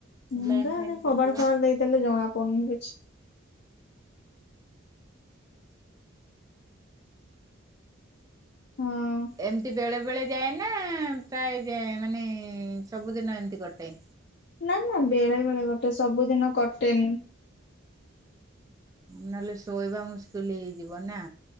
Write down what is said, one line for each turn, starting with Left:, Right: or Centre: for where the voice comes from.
Left: ହୁଁ
Right: ଲାଇନ
Left: ଗାଁ
Right: ଫାଇନ୍
Left: ଆଡେ
Right: କାଟିବ।
Left: ଖବାଟ ଫବାଟ ଦେଇଦେଲେ ଜଣା ପଡୁନି କିଛି। ହଁ
Right: ଏମତି ବେଳେବେେଳେ ଯାଏ ନା ପ୍ରାୟ ଯାଏ ମାନେ ସବୁଦିନ ଏମତି କଟେ?
Left: ନା ନା ବେଳେ ବେଳେ କଟେ ସବୁଦିନ କଟେନି।
Right: ନହେଲେ ଶୋଇବା ମୁସ୍କିଲ ହେଇଯିବ ନା।